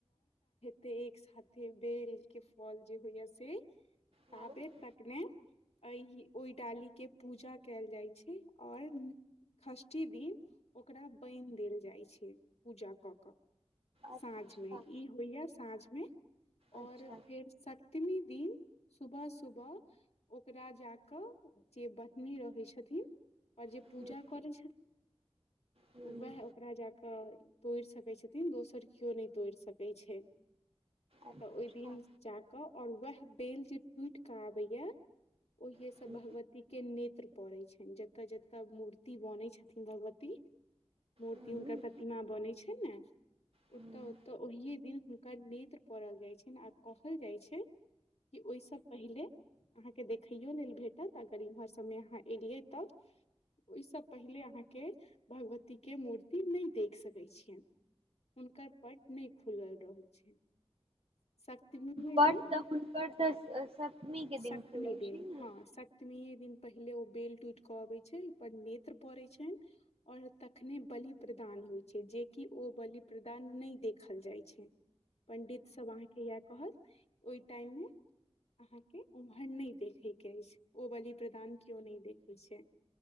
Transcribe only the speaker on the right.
हाँ
अच्छा
अच्छा
हम्म
हम्म,
अच्छा
हम्म
हम्म
हँ
बट
तऽ
हुनकर तऽ सप्तमी के
दिन खुलै
छै ने